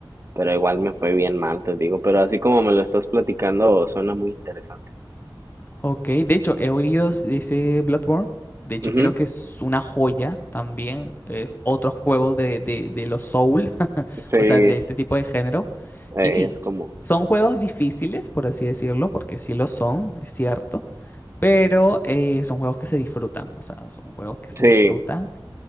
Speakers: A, on the right; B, on the left.
A: Pero igual me fue bien mal, te digo. Pero así como me lo estás platicando, suena muy interesante.
B: Ok, de hecho, he oído de ese Bloodborne. De hecho,
A: Ujú,
B: creo que es una joya también. Es otro juego de, de, de los Soul, <laughs>
A: Sí,
B: o
A: eh,
B: sea, de este tipo de género.
A: es
B: Y sí,
A: como,
B: son juegos difíciles, por así decirlo, porque sí lo son, es cierto. Pero eh, son juegos que se disfrutan, o sea, son juegos que se
A: sí.
B: disfrutan.